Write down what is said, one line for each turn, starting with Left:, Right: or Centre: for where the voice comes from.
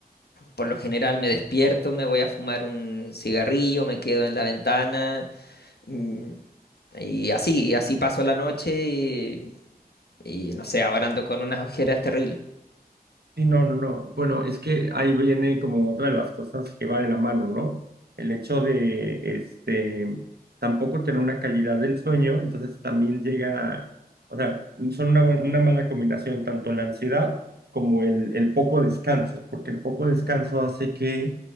Left: por lo general me despierto, me voy a fumar un cigarrillo, me quedo en la ventana mm, y así, y así paso la noche y, y no sé, ahora ando con unas ojeras terribles.
Right: Sí, no, no, no. Bueno, es que ahí viene como otra de las cosas que va de la mano, ¿no? El hecho de, este, tampoco tener una calidad del sueño, entonces también llega, o sea, son una, buen- una mala combinación, tanto la ansiedad como el, el poco descanso, porque el poco descanso hace que